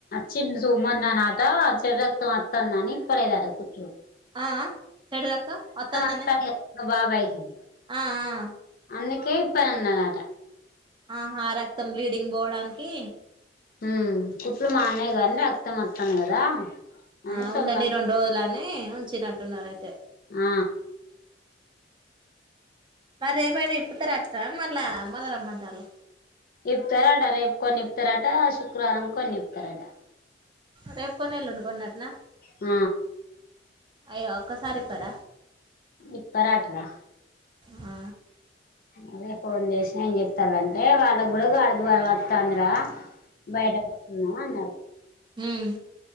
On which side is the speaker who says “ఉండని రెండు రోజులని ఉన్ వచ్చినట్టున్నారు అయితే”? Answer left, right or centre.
Right